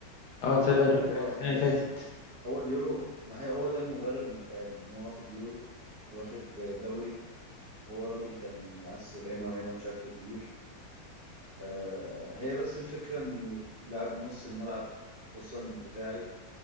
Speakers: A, on the left (about 70°); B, on the right (about 55°).
A: اه تصدق
B: اه
A: اليورو
B: هو
A: كان السنه
B: بص
A: اللي فاتت
B: هو اليورو ما هي هو ده المبرر اللي اتقال ان هو واخد يورو واخد دوري وهو راجل كان مؤثر هنا وهنا بشكل كبير آه، هي بس الفكرة انه لاعب نص الملعب خصوصا الدفاعي